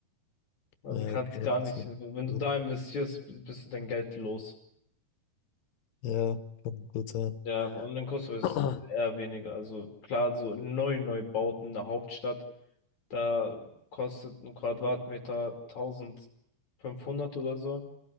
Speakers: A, on the left; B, on the left.
A: Also
B: Ja,
A: kannst
B: okay,
A: gar
B: das
A: nicht,
B: ist
A: wenn du
B: gut.
A: da investierst, bist du dein Geld los.
B: Ja, kann gut sein.
A: Ja, und in Kosovo ist
B: <clears throat>
A: eher weniger. Also klar, so neu, neu bauten in der Hauptstadt, da kostet ein Quadratmeter tausendfünfhundert oder so.